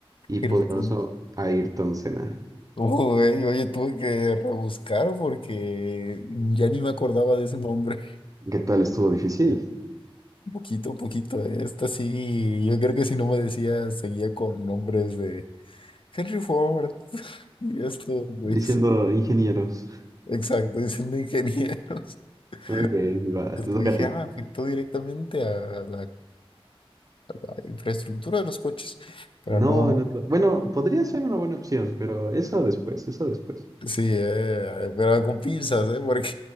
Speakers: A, on the right; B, on the left.
A: y poderoso
B: Ayrton.
A: Ayrton Senna.
B: Uy, oye, tuve que rebuscar porque ya ni me acordaba de ese nombre. <laughs>
A: ¿Qué tal? Estuvo difícil.
B: Un poquito, un poquito. eh, Esta sí, yo creo que si no me decía, seguía con nombres de Henry Ford. <laughs> Y estos güeyes,
A: Diciendo ingenieros.
B: Exacto, diciendo ingenieros. <laughs>
A: Ok, va,
B: Es
A: te
B: que
A: toca
B: dije,
A: a ti.
B: ah, afectó directamente a la, a la infraestructura de los coches. Pero
A: No,
B: no, no.
A: no te- Bueno, podría ser una buena opción, pero eso después, eso después.
B: Sí, eh, pero con pinzas, ¿eh? Porque,